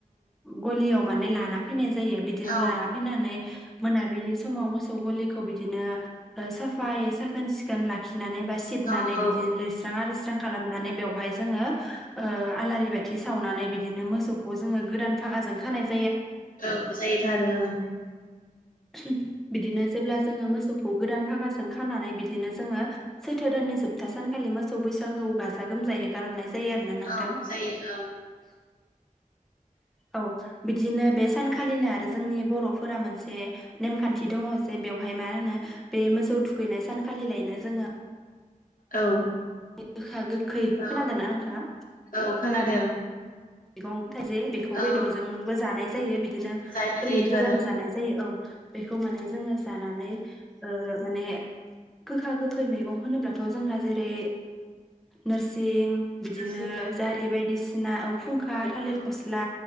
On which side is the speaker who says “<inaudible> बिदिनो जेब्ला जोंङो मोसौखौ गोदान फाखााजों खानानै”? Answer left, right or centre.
Centre